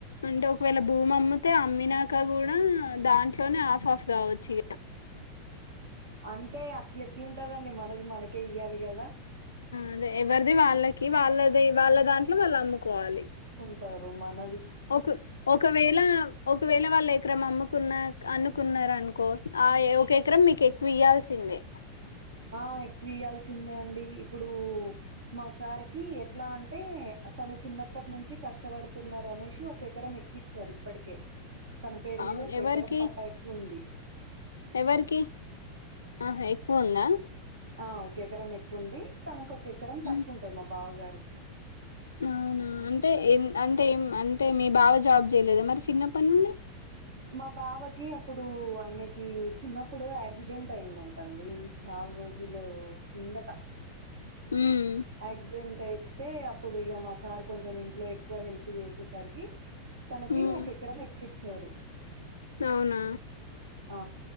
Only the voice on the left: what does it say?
అంటే ఒకవేళ భూమి అమ్మితే అమ్మినాక కూడా దాంట్లోనే ఆఫ్ ఆఫ్ రావచ్చు
అదే ఎవరిది వాళ్ళకి వాళ్ళది వాళ్ళ దాంట్లో వాళ్ళు అమ్ముకోవాలి
ఒక ఒకవేళ ఒకవేళ వాళ్ళు ఎకరం అమ్ముకున్న అనుకున్నారు అనుకో ఆ ఒక ఎకరం మీకు ఎక్కువ ఇయ్యాల్సిందే
అవును
ఎవరికి
ఎవరికి ఆహ ఎక్కువ ఉందా
హ్మ్.
అవునా అంటే అంటే ఏం అంటే మీ బావ జాబ్ చేయలేదా మరి చిన్నప్పటి నుండి
ఉమ్
హ్మ్.
అవునా